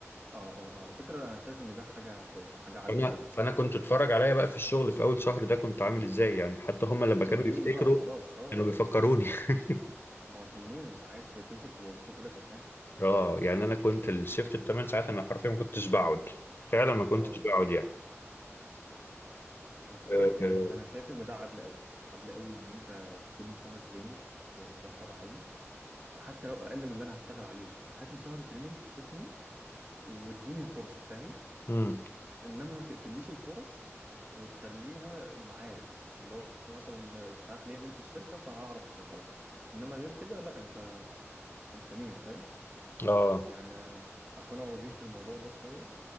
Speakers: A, on the right; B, on the left.
A: اه اه على فكره انا شايف ان ده حاجه كويسه حاجه عادله
B: فانا
A: قوي
B: فانا كنت اتفرج عليا بقى في الشغل في اول شهر ده كنت عامل ازاي يعني حتى هم لما
A: تنين
B: كانوا يفتكروا
A: بقى خلاص اه
B: كانوا بيفكروني <laughs>
A: ما هو تنين انت عايز تمسك في الوظيفه بايدك واسنانك
B: اه يعني انا كنت الشيفت الثمان ساعات انا حرفيا ما كنتش بقعد فعلا ما كنتش
A: اه
B: بقعد
A: اه
B: يعني
A: على فكره
B: آه،
A: يعني
B: آه،
A: انا شايف ان ده عدل قوي عدل قوي ان انت تجيبني شهر تريننج بمرتب عادي حتى لو اقل من اللي انا هشتغل عليه هاتني شهر تريننج شوفني واديني الفرصه فاهم
B: امم
A: انما ما تقفليش الفرص وتخليها معارف اللي هو مثلا مش عارف ليا مين في الشركه فهعرف اشغلك انما غير كده لا انت انت مين فاهم
B: اه
A: يعني اصلا انا واجهت الموضوع ده شويه